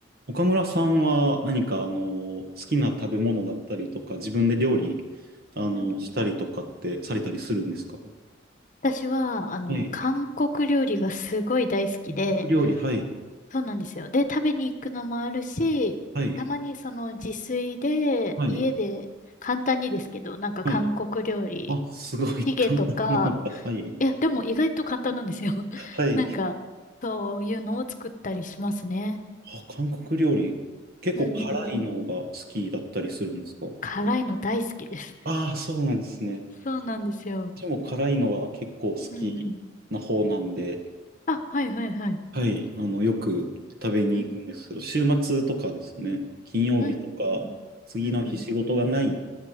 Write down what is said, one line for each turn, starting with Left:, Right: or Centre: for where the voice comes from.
Right: 岡村さんは何かあの好きな食べ物だったりとか自分で料理あのしたりとかってされたりするんですかは
Left: うんうん私は、あの、
Right: い。
Left: 韓国料理がすごい大好きで、
Right: 韓国料理、はい。
Left: そうなんですよ。で、食べに行くのもあるし、
Right: はい。
Left: たまにその自炊で、
Right: はい。
Left: 家で、簡単にですけど、なんか韓国料理、
Right: はい。あ、すごい
Left: チゲとか、
Right: <laughs> 簡単なのか。はい。
Left: いや、でも意外と簡単なんですよ。<laughs>
Right: はい。
Left: なんか、そういうのを作ったりしますね。
Right: あ、韓国料理、結構辛いのが好きだったりするんですか
Left: うんうんうん。辛いの大好きです。
Right: ああー、そうなんですね。
Left: <laughs> そうなんですよ。
Right: 私も辛いのは結構好きな方なんで、
Left: うんうん。あ、はいはいはい。
Right: はい、あの、よく食べに行くんですけど、
Left: うん。
Right: 週末とかですね、金曜日とか、
Left: うんうんうん。
Right: 次の日仕事がないっ
Left: うんうん。